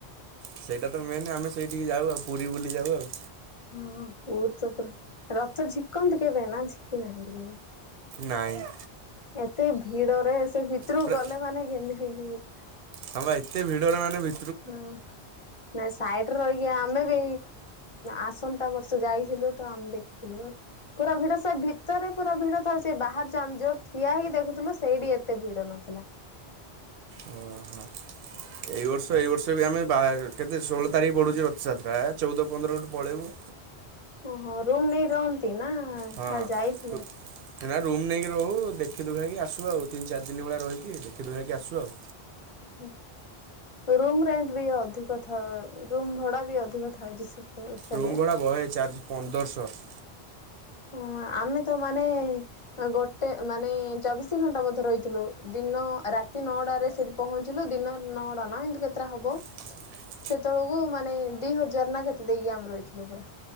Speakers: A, on the right; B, on the left.
A: ସେଇଟା ତ ମେନ୍ ଆମେ ସେଇଠିକି ଯାଉ ଆଉ ପୁରୀ ବୁଲି ଯାଉ ଆଉ।
B: ହଁ ବହୁ ତ ପୁରା ରଥ ଝିକନ୍ତି କେବେ ନା ଝିକି ନାହାନ୍ତି କେମତି?
A: ନାଇଁ।
B: ଏତେ ଭିଡରେ ସେ ଭିତରକୁ
A: ପୁରା
B: ଗଲେ ମାନେ ଗେଞ୍ଜାଗେଞି ପରି
A: ହଁ ବା ଏତ ଭିଡରେ ମାନେ ଭି
B: ହଁ। ନାଇ ସାଇଡରେ ରହିକି ଆମେ ବି ଆସନ୍ତା ବର୍ଷ ଯାଇଥିଲୁ ତ ଆମେ ଦେଖିଥିଲୁ। ପୁରା ଭିଡ ସେ ଭିତରେ ପୁରା ଭିଡ ଥାଉ ସେ ବାହାର ଯ ଆମେ ଯୋଉ ଠିଆ ହେଇକି ଦେଖୁଥିଲୁ ସେଇଠି ଏତେ ଭିଡ ନଥିଲା।
A: ଓ ହୋ। ଏଇ ବର୍ଷ ଏଇ ବର୍ଷ ବି ଆମେ ବା କେତେ ଷୋହଳ ତାରିଖ ପଢୁଛି ରଥଯାତ୍ରା ଆ ଚଉଦ ପନ୍ଦର ଆଡ଼ୁ ପଳେଇବୁ।
B: ଓହୋ ରୁମ୍ ନେଇ ରହନ୍ତି ନା
A: ହଁ
B: ଖାଲି ଯାଇଥିଲେ?
A: ତୁ ନା ରୁମ୍ ନେଇକି ରହୁ ଦେଖିୁଦୁଖାଇକି ଆସୁ ଆଉ ତିନି ଚାରି ଦିନ ଭଳିଆ ରହିକି ଦେଖି ଦୁଖାଇ ଆସୁ ଆଉ।
B: ହୁଁ ହୁଁ। ରୁମ ରେଣ୍ଟ ବି ଅଧିକ ଥାଉ ରୁମ ଭଡା ବି ଅଧିକ ଥାଉଛି ସେ ସେବେ।
A: ରୁମ୍ ଭଡ଼ା ବହେ ଚାର୍ଜ ପନ୍ଦରଶହ।
B: ହ ଆମେ ତ ମାନେ ଗୋଟେ ମାନେ ଚବିଶି ଘଣ୍ଟା ବୋଧେ ରହିଥିଲୁ ଦିନ ରାତି ନଅଟାରେ ସେଠି ପହଞ୍ଚିଲୁ ଦିନ ନଅଟା ନା ଏମତି କେତଟା ହବ।
A: ହଁ
B: ସେତେବେଳକୁ ମାନେ ଦି ହଜାର ନା କେତେ ଦେଇକି ଆମେ ରହିଥିଲୁ ପୁରା।